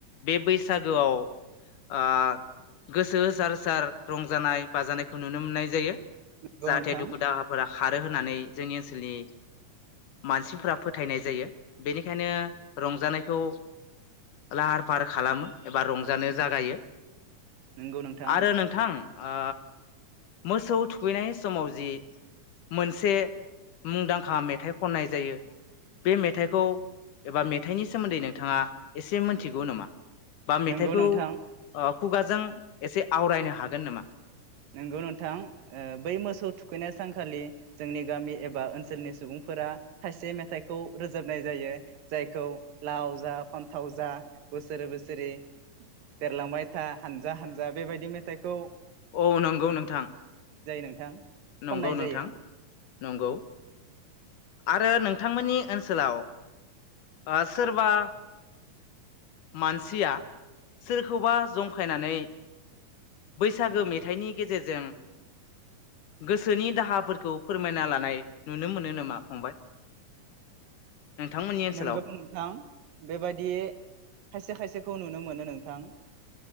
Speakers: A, on the left; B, on the right.
A: बे बैसागोयाव ओ गोसो होसार होसार रंजानाय बाजानायखौ नुनो मोननाय जायो
B: नंगौ
A: जाहाथे
B: नोंथां
A: दुखु दाहाफोरा खारो होन्ना जोंनि ओनसोलनि मानसिफोरा फोथायनाय ज जायो बेनिखायनो रंजानाय खौ लाहार फाहार खालामो एबा रंजानो जागायो
B: नंगौ नोंथां
A: आरो नोंथां ओ मोसौ थुखैनाय समावजि मोनसे मुंदांखा मेथाय खननाय जायो बे मेथायखौ एबा मेथायनि सोमोन्दै नोंथांआ एसे मोनथिगौ नामा बा मेथायखौ
B: नंगौ नोंथां
A: ओब खुगाजों एसे आवरायनो हागोन नामा
B: नंगौ नोंथां ओ बै मोसौ थुखैनाय सानखालि जोंनि गामि एबा ओनसोलनि सुबुंफोरा खायसे मेथायखौ रोजाबनाय जायो जायखौ लाव जा फान्थाव जा बोसोरे बोसोरि देरलांबाय था हान्जा हान्जा बेबायदि मेथायखौ
A: औ नंगौ नोंथां
B: नोंथां
A: नंगौ
B: खननाय
A: नोंथां
B: जायो
A: नंगौ आरो नोंथांमोननि ओनसोलाव ओ सोरबा मानसिया सोरखौबा जंखायनानै बै सागो मेथायनि गेजेरजों गोसोनि दाहाफोरखौ फोरमायना लानाय नुनो मोनो नोमा फंबाय नोंथांमोननि ओनसोलाव?
B: नंगौ नोंथां बेबायदि खायसे खायसेखौ नुनो मोन मोनो नोंथां